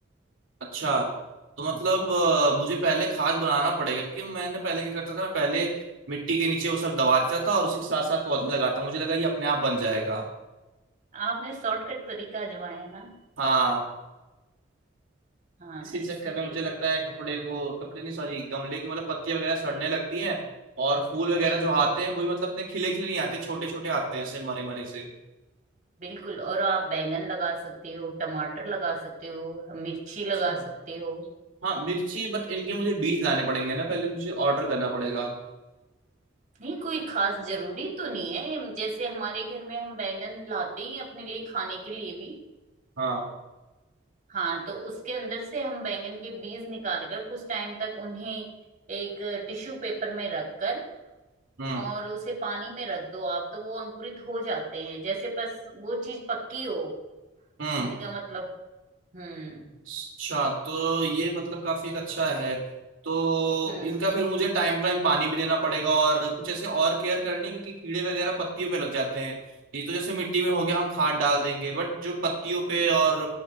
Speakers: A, on the right; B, on the right.
A: अच्छा तो मतलब अ, मुझे पहले खाद बनाना पड़ेगा क्योंकि मैंने पहले क्या करता था मैं पहले मिट्टी के नीचे वो सब दबा देता था और उसी के साथ साथ पौधे लगाता मुझे लगा ये अपने आप बन जाएगा
B: आपने शॉर्टकट तरीका आजमाया ना
A: हाँ
B: हाँ
A: इसी चक्कर
B: इसीलिए
A: में मुझे लगता है कपड़े वो कपड़े नहीं सॉरी गमले की मतलब पत्तियां वगैरह सड़ने लगती हैं और फूल वगैरह
B: बिल्कुल
A: जो आते हैं वही मतलब इतने खिले खिले नहीं आते छोटे छोटे आते हैं ऐसे मरे मरे से
B: बिल्कुल और आप बैंगन लगा सकते हो टमाटर लगा सकते हो मिर्ची लगा
A: अच्छा
B: सकते हो
A: हाँ मिर्ची बट इनके मुझे बीज लाने पड़ेंगे ना पहले मुझे ऑर्डर करना पड़ेगा
B: नहीं कोई खास जरूरी तो नहीं है जैसे हमारे घर में हम बैंगन लाते ही हैं अपने लिए खाने के लिए भी
A: हाँ
B: हाँ तो उसके अंदर से हम बैंगन के बीज निकाल कर कुछ टाइम तक उन्हें एक टिश्यू पेपर में रखकर
A: हम्म
B: और उसे पानी में रख दो आप तो वो अंकुरित हो जाते हैं जैसे बस वो चीज पक्की हो
A: हम्म
B: कहने का मतलब हम्म
A: अच्छा तो ये मतलब काफी एक अच्छा है तो
B: हम्म
A: इनका
B: त-
A: फिर मुझे टाइम टाइम पानी भी देना पड़ेगा और कुछ ऐसे और केयर करनी है, क्योंकि कीड़े वगैरह पत्तियों पे लग जाते हैं ये तो जैसे मिट्टी में हो गया हम खाद डाल देंगे बट जो पत्तियों पे और